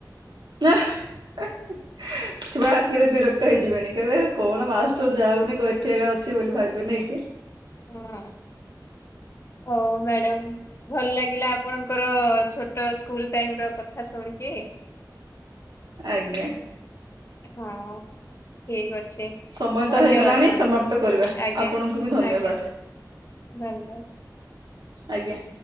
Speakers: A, on the right; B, on the left.
A: <inaudible> ଛୁଆ ହେତିକରେ ବିରକ୍ତ ହେଇଯିବେଣି କହିବେ କଣ ମାଷ୍ଟର ଯାଉନି ଗ ଏଠିଏକା ଅଛି ବୋଲି ଭାବିବେ ନାଇ କି?
B: ହଁ ହଉ ମ୍ୟାଡମ ଭଲ ଲାଗିଲା ଆପଣଙ୍କର ଛୋଟ ସ୍କୁଲ ଟାଇମ ର କଥା କଥା ଶୁଣିକି
A: ଆଜ୍ଞା
B: ହଁ ଠିକ ଅଛି
A: ସମୟ
B: ଧନ୍ୟବାଦ
A: ତ ହେଇଗଲାଣି
B: ମ୍ୟାଡାମ
A: ସମାପ୍ତ କରିବା
B: ଆଜ୍ଞା
A: ଆପଣଙ୍କୁ ବି ଧନ୍ୟବାଦ
B: ଆଜ୍ଞା ଧନ୍ୟବାଦ
A: ଆଜ୍ଞା